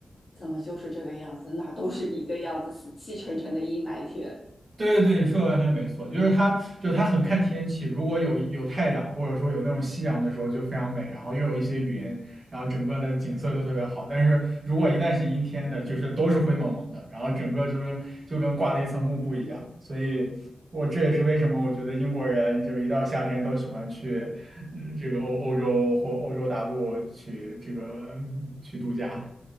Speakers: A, on the left; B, on the right.
A: 怎么就是这个样子，哪都是一个样子，死气沉沉的阴霾天。
B: 对对对，你说的完全没错，就是它，就是它很看天气。如果有有太阳，或者说有那种夕阳的时候，就非常美，然后又有一些云，然后整个的景色就特别好。但是如果一旦是阴天的，就是都是灰蒙蒙的，然后整个就跟就跟挂了一层幕布一样。所以我这也是为什么我觉得英国人这个一到夏天都喜欢去，嗯，这个欧欧洲或欧洲大陆去这个嗯去度假。